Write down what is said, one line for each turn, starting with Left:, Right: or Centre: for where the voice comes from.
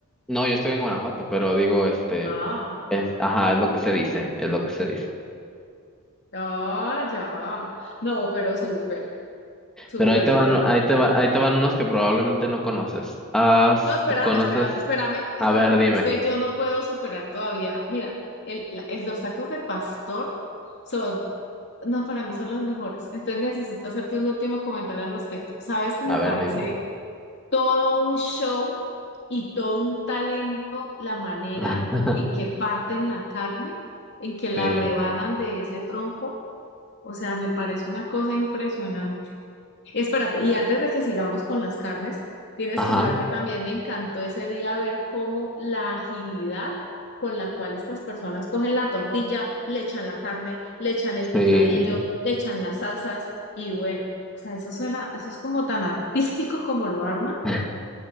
Centre: No, yo estoy en Guanajuato, pero digo, este,
Left: Ah,
Centre: es, ajá, es lo que se dice, es lo que se dice.
Left: ah, ya. No, pero súper. Súper,
Centre: Pero ahí te
Left: súper.
Centre: van, ahí te va, ahí te van unos que probablemente no conoces. Ah,
Left: No, espérame,
Centre: ¿conoces?
Left: espérame, espérame, espérame,
Centre: A ver,
Left: porque
Centre: dime,
Left: es que yo no puedo superar todavía. Mira, el, la- el- los tacos de pastor son, no, para mí son los mejores. Entonces necesito hacerte un último comentario al respecto. Sabes que me
Centre: a ver,
Left: parece
Centre: dime.
Left: todo un show y todo un talento la manera
Centre: <laughs>
Left: en que parten la carne, en que la
Centre: Sí.
Left: rebanan de ese trompo. O sea, me parece una cosa impresionante. Espérate, y antes de que sigamos con las carnes, tienes
Centre: Ajá,
Left: que saber que también me encantó ese día ver cómo la agilidad con la cual estas personas cogen la tortilla, le echan la carne, le echan el picadillo,
Centre: sí.
Left: le echan las salsas y bueno, o sea, eso suena, eso es como tan artístico como lo arman.
Centre: <laughs>